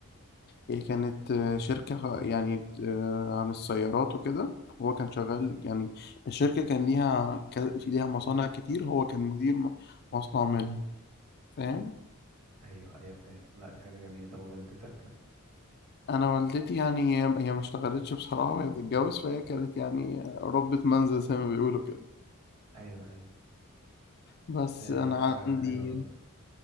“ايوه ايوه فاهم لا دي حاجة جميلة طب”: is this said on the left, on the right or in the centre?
Right